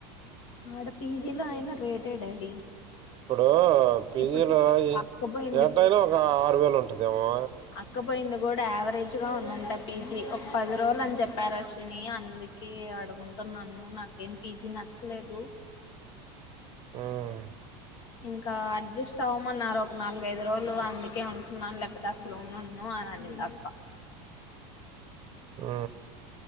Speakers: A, on the left; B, on the right.
A: ఆడ పీజీలో అయిన రేటే డాడీ
B: ఇప్పుడు పీజీలో
A: ఇప్పుడు కాకపోయింది
B: ఏటయినా ఒక ఆరు వేలు ఉంటదేమో
A: అక్కపోయింది కూడా యావరేజ్ గా ఉందంట పీజీ ఒక పది రోజులు అని చెప్పారు అశ్విని అందుక్ కే అడఉంటున్నాను నాకేం పీజి నచ్చలేదు
B: హ్మ్
A: ఇంకా అడ్జస్ట్ అవ్వమన్నారు ఒక నాలుగైదు రోజులు అందుకే ఉంటున్నాను లేకపోతే అసలు ఉన్ ను ఆని అనిందిఅక్క
B: ఆ